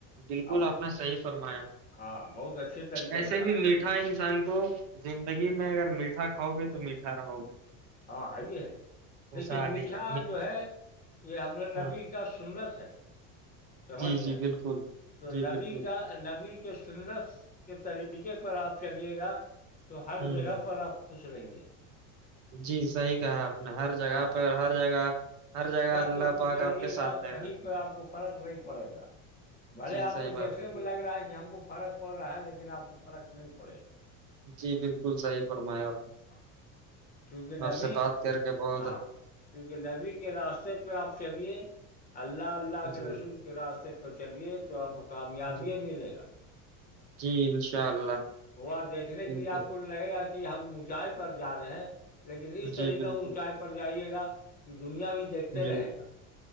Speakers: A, on the right; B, on the left.
A: بالکل
B: اب
A: آپ نے صحی فرمایا
B: ہاں بہت اچھے طریقے
A: ایسے
B: سے کھاتے
A: بھی میٹھا
B: ہیں
A: انسان کو زندگی میں اگر میٹھا کھاؤ گے تو میٹھا رہو گے
B: ہاں یہ ہے
A: خوشحالی
B: دیکھیے میٹھا
A: ہے
B: جو ہے یہ ہمنے
A: ہاں
B: نبی کا سنت ہے سمجھ
A: جی
B: گئے
A: جی بالکل
B: تو
A: جی
B: نبی
A: بالکل
B: کا نبی سنس کے طریقے پر آپ چلیے گا تو ہر
A: ہوں
B: جگہ پر آپ پسا ہی گلا
A: جی صحیح کہا آپ ہر جگہ
B: ہاں
A: پہ ہر جگہ ہر جگہ اللہ
B: پہ خوش
A: پاک
B: رہیے
A: آپ کے ساتھ دیں
B: کہیں
A: گا
B: پہ آپ کو فرق نہیں پڑے گا بھلے
A: جی
B: آپ
A: صحیح
B: کو
A: بات
B: دیکھنے
A: ہے
B: میں
A: بالکل
B: لگ رہا ہے کہ ہم کو فرق پڑ رہا ہے لیکن آپ کو فرق نہیں پڑے گا
A: جی بالکل صحیح فرمایا آپ نے
B: ہاں کیونکہ
A: آپ
B: نبی
A: سے بات کر کے بہ
B: ہاں کیونکہ نبی کے راستے پہ آپ چلیے اللہ اللہ کے
A: جی
B: رسول راستے پہ چلیے تو آپ کو کامیابی
A: جی
B: ملے گا
A: جی انشاء اللہ
B: تھوڑا دیکھنے
A: بالکل
B: کے لیے آپ کو لگے گا کہ ہم اونچائی پر جا رہے ہیں لیکن اس طریقہ
A: جی بالکل
B: اونچائے پر جائیے گا کہ دنیا بھی دیکھتے
A: جی
B: رہے گا